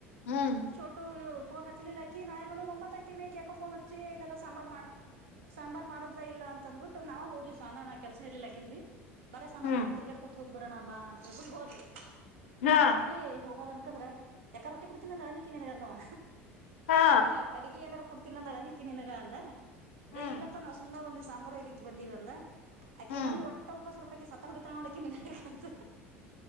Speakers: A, on the left (about 65°); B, on the right (about 65°).
A: ಹ್ಮ್ ಹ್ಮ್
B: ಚೋಟುಫೋನ್ ಹಚ್ಲಿಲ್ಲಾಕ ನಾ ಏ ನೋಡ ಒಂಬತ್ತತಿನಾಕೋ ೋನ್ ಹಚ್ಚಿ ಇಲ್ಲಾ ಸಾಂಬಾರು ಮಾಡ ಸಾಂಬಾರ್ ಮಾಡೋದ್ಲ ಇಲ್ಲ ಅಂತ ಅಂದ್ಬಿಟ್ಟು ನಾವ ಹೋದಿವವಿ ಸಾನ ನಾ ಕೆಲ್ಸ ಇರ್ಲಿಲ್ಲಾಕನ್ ಬಿಿ ಬರೇ ಸಣ
A: ಹ್ಮ್
B: ನಾನನ್ ಈ ತಿರ್ಗಡ್ ಕೂತ್ ಹೋಗ್ ಬರೋಣ ಬ ಅಂತ ಹೇಳಳ್ಬಿಟ್ಟು ಹೋದ್ವಿ
A: ಹಾ
B: ಹೋದ್ವಿ ಹೋಗೋದ ಂದ್ರ ಯಾಕ ರೊಟ್ಟಿ ಕುಡತ ನಳಿನ್ಗೆ ಅಧವಾ
A: ಹಾ
B: ಇಲ್ಲ ಅಡುಿಗೆ ಏನ ಕುಡ್ತನ ಅಂದಾಳ ನಿಕ್ಕಿಿನಗ ಅಂದ
A: ಹ್ಮ್
B: ಏ ಇಲ್ಲಪ್ಪಾ ನಾವು ಸುಮ ಬಂದಿವ್ ಸಾಂಬಾರು ಇ್ಲಿಕ್ ಬಂದಿವವಿ ಅಂದ ಆಕೆ
A: ಹ್ಮ್
B: ನಮಿ ಒಟ್ಟ ಉಪಾಸ ಸತ್ತ ಹೊಡಿತಳ ನೋಡಕ ನಿಂತ